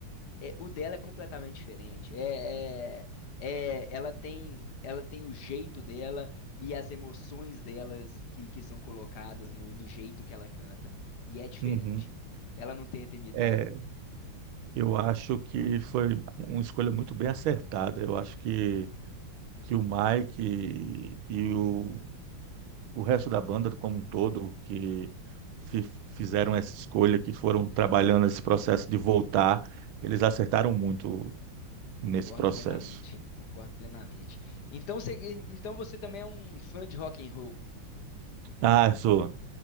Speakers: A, on the left (about 60°); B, on the right (about 85°).
A: é, o dela é completamente diferente. É, é, é- ela tem, ela tem o jeito dela e as emoções delas que, que são colocadas no, no jeito que ela canta. E é diferente.
B: Uhum.
A: Ela não tenta imitar,
B: É,
A: não.
B: eu acho que foi uma escolha muito bem acertada. Eu acho que, que o Mike e, e o, o resto da banda como um todo que fi- fizeram essa escolha, que foram trabalhando esse processo de voltar, eles acertaram muito nesse
A: Concordo
B: processo.
A: plenamente. Concordo plenamente. Então você, então você também é um fã de rock and roll.
B: Ah, Zoa.